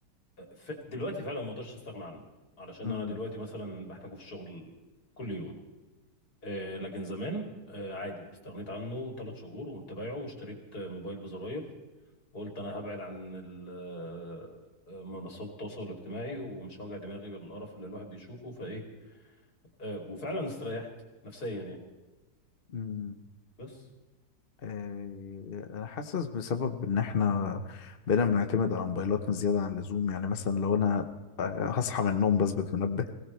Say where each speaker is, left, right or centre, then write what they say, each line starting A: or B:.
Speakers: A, on the left; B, on the left.
A: آه، ف- دلوقتي فعلا ما اقدرش استغنى عنه علشان
B: امم
A: انا دلوقتي مثلا بحتاجه في الشغل كل يوم آه، لكن زمان آه، عادي استغنيت عنه ثلاث شهور وقمت بايعه واشتريت آه، موبايل بزراير وقلت انا هبعد عن ال- آه، آه، منصات التواصل الاجتماعي ومش هوجع دماغي بالقرف اللي الواحد بيشوفه فايه آه، وفعلا استريحت نفسيا يعني
B: امم
A: بس
B: آه، انا حاسس بسبب ان احنا بقينا بنعتمد على موبايلاتنا زياده عن اللزوم يعني مثلا لو انا آه، هصحى من النوم بثبت منبه